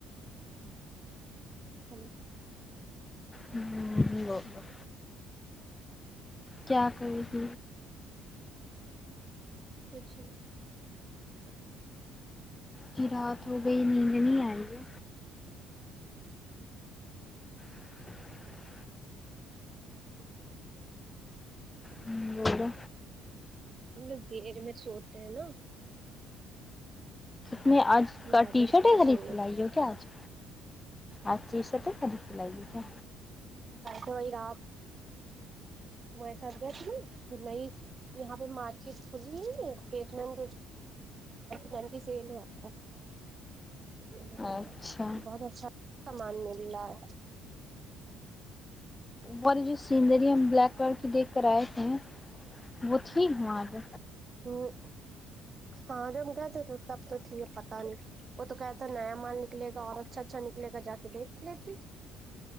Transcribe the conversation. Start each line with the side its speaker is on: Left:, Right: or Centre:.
Right: چپل <unintelligible>
Left: ہ ل بت گ <unintelligible> کیا کروس
Right: کچھ
Left: ج رات ہو گئی نیند نہیں آئی ہے ج <inaudible> ہ بولو
Right: ہم لوگ دیر میں سوتے ہیں نا
Left: میں آج
Right: کی
Left: کا
Right: عادت
Left: ٹی شرٹ
Right: مجھے
Left: ہی خریدتی
Right: سونے
Left: لائی
Right: کی
Left: ہو کیا آج آ چیز س تو خرید کے ل گی کیا
Right: کوئی رات تمہارے ساتھ گئے تھے نا نئی یہاں پہ مارکیٹ کھلی بیسن ن کی سیل ہوا تھا وہاں
Left: اچھا
Right: بہت اچھا مان اللہ
Left: والی جو سینری ہم بلیک کلر کی دیکھ کر آئے تھے ہیں وہ تھی وہاں پہ
Right: ہوں ہاں جب گئے تھے تھے تب تو تھی پتا نہیں وہ تو کیسا نیا مال نکلے گا اور اچھا اچھا نکلے گا جا کے دیکھ لیتی